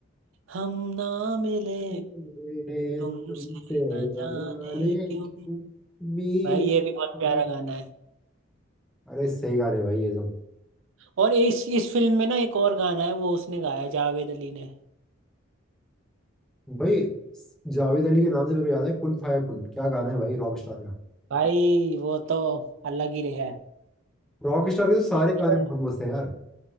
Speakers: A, on the right; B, in the centre.
A: हम ना मिले
B: तेरे
A: तुमसे
B: तुमसे
A: ना
B: न
A: जाने
B: जाने
A: क्यों
B: क्यों मिल
A: भाई ये भी बहुत
B: गए।
A: प्यारा गाना है
B: अरे सही गाने भाई ये सब
A: और इस इस फिल्म में ना एक और गाना है वो उसने गाया जावेद अली ने
B: भाई जावेद अली के नाम से मेरे को याद है कुन फाया कुन क्या गाना है भाई रॉक स्टार का
A: भाई वो तो अलग ही रहा है
B: रॉक स्टार के तो सारे
A: उसको
B: गाने बहुत मस्त है यार